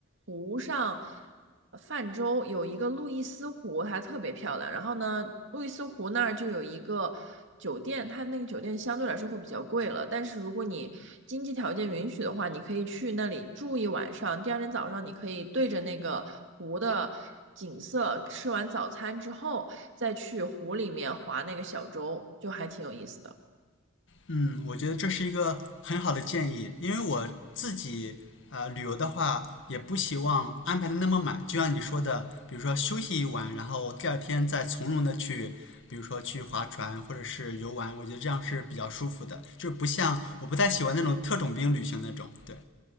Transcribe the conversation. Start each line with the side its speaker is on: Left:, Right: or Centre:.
Right: 湖上，呃泛舟有一个路易斯湖，它特别漂亮。然后呢，路易斯湖那儿就有一个酒店，它那个酒店相对来说会比较贵了。但是如果你经济条件允许的话，你可以去那里住一晚上，第二天早上你可以对着那个湖的景色，吃完早餐之后再去湖里面划那个小舟，就还挺有意思的。
Left: 嗯，我觉得这是一个很好的建议，因为我自己呃旅游的话，也不希望安排的那么满，就像你说的，比如说休息一晚，然后第二天再从容的去，比如说去划船或者是游玩，我觉得这样是比较舒服的，就是不像我不太喜欢那种特种兵旅行那种，对